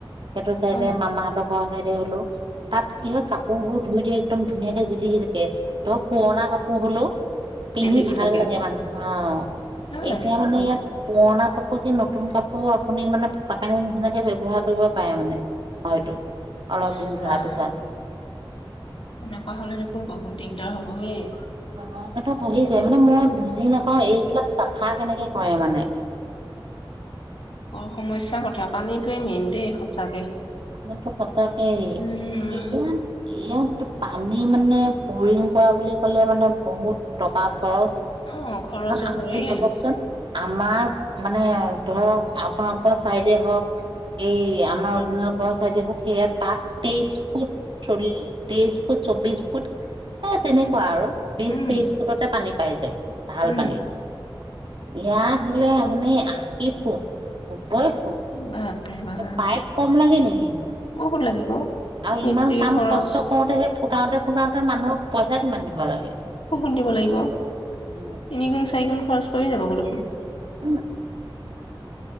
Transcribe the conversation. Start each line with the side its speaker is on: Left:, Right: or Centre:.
Right: সেইটো চাইদ
Left: অ
Right: মামা চাইডে হলো তাত কি হয় কাপোৰবোৰ ধুই দি একদম ধুনীয়াকে জিলিকি থাকে ধৰ পুৰণা কাপোৰ হলো পিন্ধি
Left: জিলিকি
Right: ভাল
Left: থাকে
Right: লাগে
Left: আকৌ
Right: মানুহ আহ
Left: ভাল লাগে
Right: এতিয়া মানে ইয়াত পুৰণা কাপোৰ কি নতুন কাপোৰ আপুনি মানে ফটাকানি নিচিনাকে ব্যৱহাৰ কৰিব পাৰে মানে। হয়তো অলপ
Left: ইছ,
Right: দিন ধোৱাৰ
Left: ৰাম
Right: পিছত।
Left: এনেকুৱা হ'লে দেখোন বহুত দিগদাৰ হ'ব হেই।
Right: ৰং এটা বহি যায় মানে। মই বুজি নাপাওঁ এইবিলাক চাফা কেনেকে কৰে মানে।
Left: বৰ সমস্যা কথা পানীটোৱেই মেইন দেই সঁচাকে।
Right: মানটো ফচাাকেে
Left: উম
Right: <unintelligible> পানী মানে বৰিং কৰা বুলি ক'লে মানে বহুত টকা খৰচ।
Left: অ খৰচো
Right: আপুনিয়ে
Left: পৰিল
Right: ভাবকচোন? আমাৰ মানে ধৰক আপোনালোকৰ চাইডে হওঁক, এই আমাৰ অৰিজিনেল ঘৰৰ চাইডে হ'ক সেয়া তাত তেইশ ফুট চল্লি তেইশ ফুট চৌবিশ ফুট এ তেনেক খোৱা আৰু বিশ
Left: উম
Right: তেইশ ফুটতে পানী পাই যায় ভাল
Left: উম
Right: পানী। ইয়াত বোলে আপুনি আশী ফুট <unintelligible>
Left: বাপৰে বাপ
Right: পাইপ কম লাগে নি?
Left: বহুত লাগিব
Right: আৰু
Left: মিস্ত্ৰী
Right: ইমান কাম
Left: খৰচ
Right: কষ্ট কৰোতে হে ফুটাওতে ফুটাওতে মানুহক পইচা কিমান দিব লাগে?
Left: বৰষুণ দিব লাগিব
Right: উম
Left: তিনি গুণ চাৰি গুণ খৰচ পৰি যাবগৈ দেখোন।
Right: উম